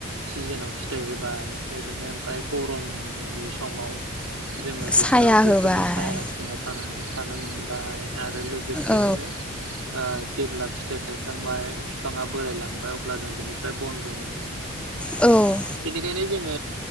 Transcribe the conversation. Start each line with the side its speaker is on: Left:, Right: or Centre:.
Right: सिजोनाव फिथाइ होबाय ओरैनो ओमफाय गरमनि समाव जोङो बेफोराव
Centre: साया होबाय
Right: बेफोरनि साया सिङाव थानानै थानो मोनबाय आ आरो लोगोसेनो
Centre: औ
Right: ओ जेब्ला फिथाइ थायखांबाय बिफाङा बोरायलांबाय अब्ला जों बिनिफ्राय बनबो मोनो।
Centre: औ
Right: बेनिखायनो जोङो